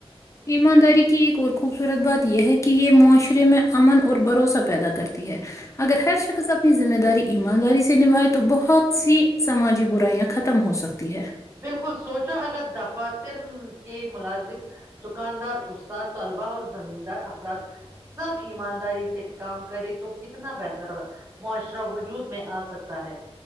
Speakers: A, on the left; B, on the right.
A: ایمانداری کی ایک اور خوبصورت بات یہ ہے کہ یہ معاشرے میں امن اور بھروسہ پیدا کرتی ہے اگر ہر شخص اپنی ذمہ داری ایمانداری سے نبھائے تو بہت سی سماجی برائیاں ختم ہو سکتی ہے
B: بالکل سوچ اگر دفاتر کے ملازم دکاندار اس طلبہ اور زمیندار افراد سب ایمانداری سے کام کرے تو کتنا بہتر معاشرہ وجود میں آ سکتا ہے